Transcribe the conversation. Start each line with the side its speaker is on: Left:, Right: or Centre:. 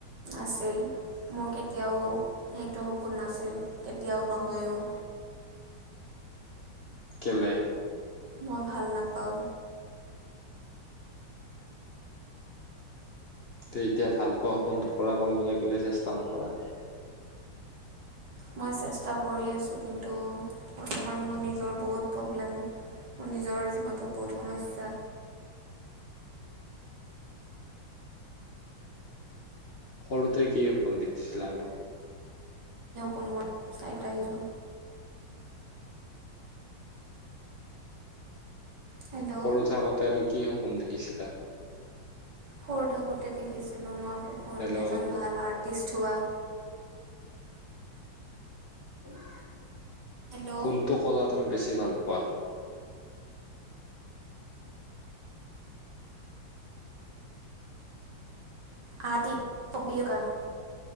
Right: আছিল মোৰ কেতিয়াও সেইটো সপোন নাছিল। কেতিয়াও নহয়ো।
Left: কেলে?
Right: মই ভাল নাপাওঁ।
Left: ত এতিয়া ভালপোৱা সপোনটো পৰা কৰিবলৈ কেলে চেষ্টা নকৰা।
Right: মই চেষ্টা কৰি আছোঁ কিন্তু বৰ্তমান মোৰ নিজৰ বহুত প্ৰব্লেম মোৰ নিজৰ জীৱনটোত বহুত সমস্যা।
Left: সৰুতে কি সপোন দেখিছিলে আৰু?
Right: পোনবোৰ চাইড ৰা আহিছো। হেল্ল'
Left: সৰু থাকোঁতে আৰু কি হব দেখিছিলা?
Right: সৰু থাকোতে দেখিছিলো মই সপোন
Left: হেল্ল'
Right: এজন ভাল আৰ্টিষ্ট হোৱা।
Left: <inaudible>
Right: হেল্ল'
Left: কোনটো কলা তুমি বেছি ভাল পোৱা?
Right: <unintelligible> আইতকৈ